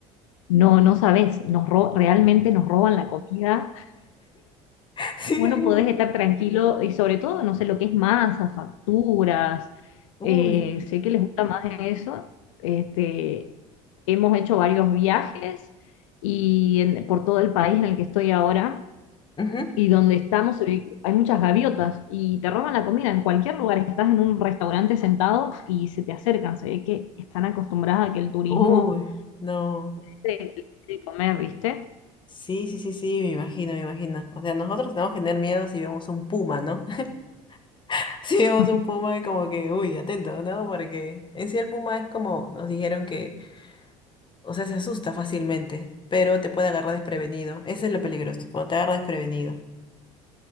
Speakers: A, on the left (about 85°); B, on the left (about 30°).
A: No, no sabes, nos ro- realmente nos roban la comida.
B: <laughs> Sí,
A: Bueno,
B: hay un...
A: podés estar tranquilo y sobre todo, no sé lo que es masa, facturas,
B: Uy.
A: eh, sé que les gusta más eso. Este, hemos hecho varios viajes y en- por todo el país en el que estoy ahora
B: ujú,
A: Y donde estamos se ve que hay muchas gaviotas y te roban la comida. En cualquier lugar estás en un restaurante sentado y se te acercan. Se ve que están acostumbradas a que el turismo
B: Uy. No.
A: esté de, de comer, ¿viste?
B: Sí, sí, sí, sí, me imagino, me imagino. O sea, nosotros tenemos que tener miedo si vemos un puma, ¿no? <laughs> Si vemos
A: <laughs>
B: un puma y como que, uy, atento, ¿no? Porque en sí el puma es como nos dijeron que, o sea, se asusta fácilmente, pero te puede agarrar desprevenido. Eso es lo peligroso, cuando te agarra desprevenido.